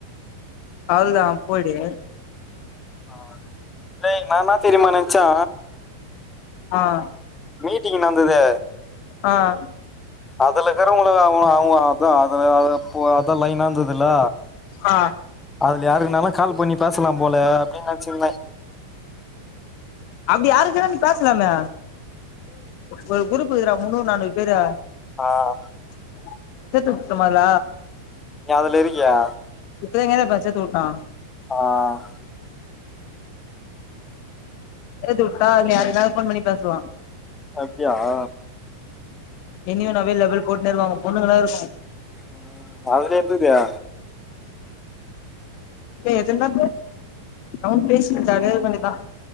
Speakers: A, on the left; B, on the left.
A: அவளதான் போய்டுங்க
B: ஆஹ சே நான தெரியுமா நெனச்சா
A: ஆஹ்
B: மீட்டிங் நடந்தது
A: ஆஹ்
B: அதுலக்கு உங்கும் அவான் அதல போ அதான் நைனா இருந் ல்ல
A: ஆ
B: அதுல யாருக்குனாலும் கால் பண்ணி பேசலாம் போல அப்டின்னு நான்ச்சின்ந்தேன்
A: அப்டி யாருக்கு வேன பேசலாமே ஒரு குரூப் இருக்கிறா முன்னூறு நானூறு பேரு
B: ஆஹ்
A: <unintelligible> குத்தமல்ல
B: ஏ அததுலரி யா
A: இவங்கத பச்ச தூட்டான்
B: ஆஹ் ஹ்
A: எது வுட்டா நி அதுக்கபோன் பண்ணி பேசுவான்
B: அப்டியா ஹ
A: இனின்ன அவைலபிள் போட்டுே வருவாங்க பொண்ணுங்களா இருக்கும்
B: உம் அதுல எந்ததுயா
A: எதன அவ பேச அதேமணிதான்